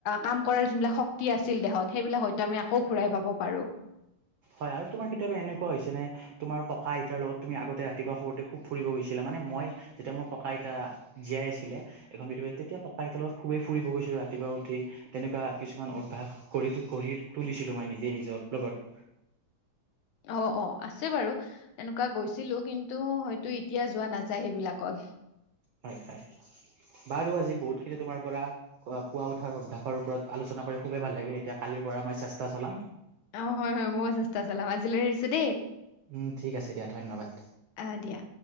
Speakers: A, on the left; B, on the right.
A: কাম কৰা যোনবিলাক শক্তি আছিল দেহত সেইবিলাক হয়তো আমি আকৌ ঘুৰাই পাম। হ'ব পাৰু।
B: হয় আৰু তোমাৰ কেতিয়াবা এনেকুৱা হৈছে নে তোমাৰ ককা -আইতাৰ লগত তুমি আগতে ৰাতি পোৱা সৰুতে খুব ফুৰিব গৈছিলা, মানে। মই যেতিয়া মোৰ ককা-আইতা জীয়াই আছিলে এখন পৃথিৱীত তেতিয়া ককা- আইতাৰ লগত খুবেই ফুৰিব গৈছিলো। ৰাতিপুৱা। উঠি তেনেকুৱা কিছুমান অভ্যাস কৰি গঢ়ি তুলিছিলোঁ মই নিজে নিজৰ লগত।
A: অ অ আছে বাৰু এনেকুৱা গৈছিলো কিন্তু হয়তো এতিয়া যোৱা নাযায় সেইবিলাকত। <inaudible>
B: হয় হয়। বাৰু আজি বহুতখিনি তোমাৰ পৰা পুৱা উঠাৰ অভ্যাসৰ ওপৰত আলোচনা কৰি খুবেই ভাল লাগিল, এতিয়া কালিৰ। পৰা মই চেষ্টা চলাম।
A: অ' হয় হয় ময়ো চেষ্টা চলাম আজিলৈ আহিছো দেই।
B: উম ঠিক আছে দিয়া ধন্যবাদ।
A: আহ দিয়া